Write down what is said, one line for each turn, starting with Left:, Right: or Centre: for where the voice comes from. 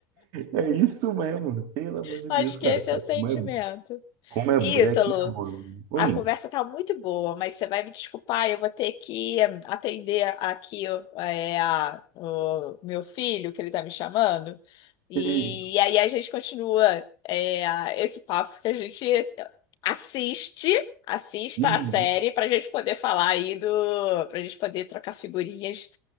Right: É isso mesmo, pelo
Left: <laughs>
Right: amor de
Left: Acho
Right: Deus, cara.
Left: que esse
Right: cara,
Left: é o sentimento.
Right: como é, como é, é,
Left: Ítalo.
Right: como é mano. Oi.
Left: A conversa tá muito boa, mas você vai me desculpar, eu vou ter que eh, atender aqui ó, eh, a- o meu filho, que ele tá me chamando. E,
Right: Ei,
Left: aí a gente continua eh, a- esse papo que a gente assiste, assista
Right: hum,
Left: a série pra gente poder falar aí do, pra gente poder trocar figurinhas